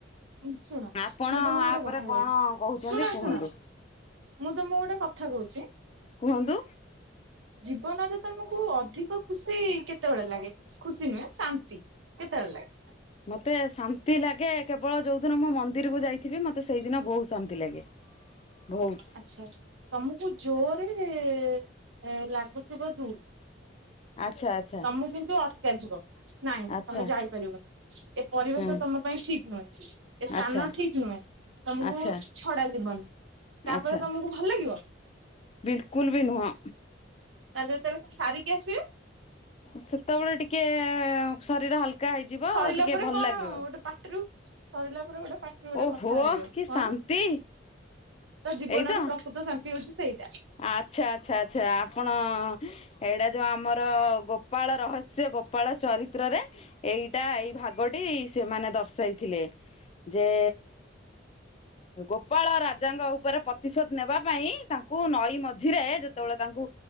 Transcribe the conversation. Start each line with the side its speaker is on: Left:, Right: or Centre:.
Right: ଶୁଣ
Left: ଆପଣ
Right: ମୁଁ ତମକୁ ଗୋଟେ
Left: ଆପରେ
Right: କଥା କହୁଛି
Left: କଣ କୋହୁଚନ୍ତି
Right: ଶୁଣ
Left: କୁହନ୍ତୁ?
Right: ଶୁଣ ମୁଁ ତମକୁ ଗୋଟେ କଥା କୋହୁଚି।
Left: କୁହନ୍ତୁ।
Right: ଜୀବନରେ ତମକୁ ଅଧିକ ଖୁସି କେତୋଳେ ଲାଗେ ଖୁସି ନୁହେଁ ଶାନ୍ତି। କେତୋଳେ ଲାଗେ?
Left: ମତେ ଶାନ୍ତି ଲାଗେ କେବଳ ଯୋଉ ଦିନ ମୁଁ ମନ୍ଦିରକୁ ଯାଇଥିବି ମତେ ସେଇଦିନ ବୋହୁତ ଶାନ୍ତି ଲାଗେ। ଭୋଉ
Right: ଆଚ୍ଛା ତମୁକୁ ଜୋଓରେ ଏ ଲାଗୁଥୁବ ଦୁଇ
Left: ଆଚ୍ଛା ଆ
Right: ତମୁ କିନ୍ତୁ ଅଟକା ଯିବ ନାଇଁ
Left: ଆଚ୍ଛା
Right: ତମେ ଯାଇପାରିବନି। ଏ ପରିବେଶ
Left: ହୁଁ
Right: ତମ ପାଇଁ ଠିକ ନୁହେଁ, ଏ ସ୍ଥାନ
Left: ଆଚ୍ଛା
Right: ଠିକ ନୁହେଁ। ତମୁକୁ
Left: ଆଚ୍ଛା
Right: ଛଡା ଯିବନି ତାପରେ
Left: ଆଚ୍ଛା
Right: ତମୁକୁ ଭଲ ଲାଗିବ?
Left: ବିଲକୁଲ ବି ନୁହଁ।
Right: ତାହେଲେ ଯେତେବେଳ ଶାରିକି ଆସିବେ?
Left: ସେତେବେଳେ ଟିକେ ଶରୀର ହାଲକା ହେଇଯିବ
Right: ସରିଲା
Left: ଟିକେ
Right: ପରେ
Left: ଭଲ
Right: କଣ
Left: ଲାଗିବ।
Right: ଗୋଟେ ପାଟିରୁ ସରିଲା ପରେ ଗୋଟେ ପା ଗୋଟେ
Left: ଓହୋ
Right: କଥା ବାହାରିବ
Left: କି
Right: କଣ
Left: ଶାନ୍ତି
Right: ତ ଜୀବନର
Left: ଏଇତ
Right: ପ୍ରକୃତ ଶାନ୍ତି ହୋଉଚି ସେଇଟା।
Left: ଆଚ୍ଛା ଆଚ୍ଛା ଆଚ୍ଛା ଆପଣ ଏଇଟା ଯୋଉ ଆମର ଗୋପାଳ ରହସ୍ୟ ଗୋପାଳ ଚରିତ୍ରରେ ଏଇଟା ଏଇ ଭାଗଟି ସେମାନେ ଦର୍ଶାଇଥିଲେ ଯେ ଗୋପାଳ ରାଜାଙ୍କ ଉପରେ ପ୍ରତିଶୋଧ ନେବା ପାଇଁ ତାନ୍ ତାଙ୍କୁ ନଈ ମଝିରେ ଯେତେବେଳେ ତାଙ୍କୁ